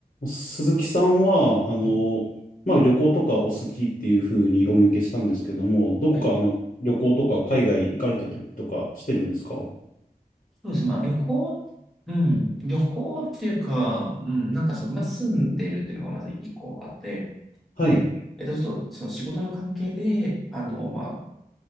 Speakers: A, on the left; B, in the centre.
A: 鈴木さんは、あの、
B: はい
A: まあ、旅行とかお好きっていうふうにお見受けしたんですけども、どこかあの旅行とか海外行かれたりとかしてるんですか
B: はいそうですね。まあ、旅行、うん、旅行っていうか、うん、なんかその、まあ、住んでいるっていうのがまず一個あって、
A: はい。
B: で、えっと、ちょっとその仕事の関係で、あの、ま